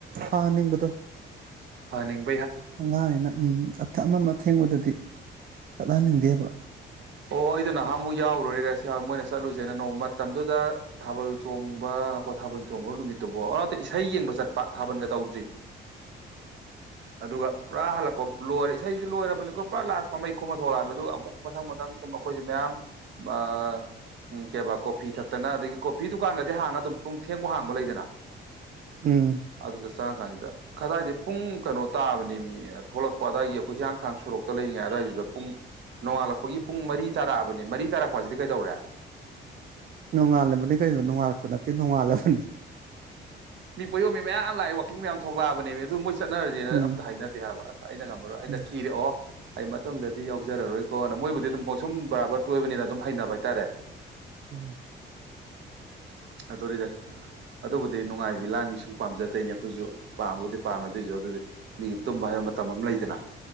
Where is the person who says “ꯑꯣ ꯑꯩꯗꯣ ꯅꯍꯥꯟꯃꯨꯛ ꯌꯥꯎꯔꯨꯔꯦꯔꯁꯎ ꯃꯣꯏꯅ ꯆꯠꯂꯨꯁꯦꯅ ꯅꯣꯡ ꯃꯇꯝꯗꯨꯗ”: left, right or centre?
Right